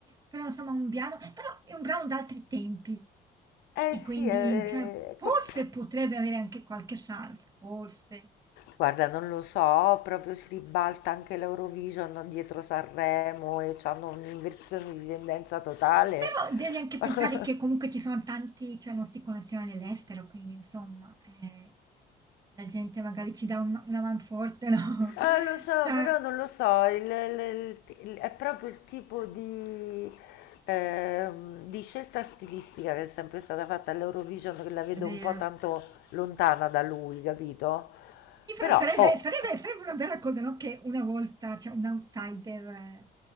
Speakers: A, on the right; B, on the left.
A: Però insomma un piano, però è un brano d'altri tempi.
B: Eh
A: E quindi,
B: sì, eh,
A: cioè, forse
B: que-
A: potrebbe avere anche qualche chance, forse.
B: guarda, non lo so, proprio si ribalta anche l'Eurovision dietro Sanremo e hanno un'inversione di tendenza totale.
A: Però devi anche
B: <laughs>
A: pensare che comunque ci sono tanti, cioè nostri connazionali all'estero, quindi insomma, eh, la gente magari ci dà un- una man forte, no?
B: Eh,
A: <laughs>
B: lo so,
A: Cioè,
B: però non lo so, il- il- il- è proprio il tipo di, ehm, di scelta stilistica che è sempre stata fatta all'Eurovision che la vedo
A: è vero.
B: un po' tanto lontana da lui, capito?
A: Sì, però
B: Però,
A: sarebbe,
B: oh,
A: sarebbe, sarebbe una bella cosa, no? Che una volta, cioè, un outsider, eh,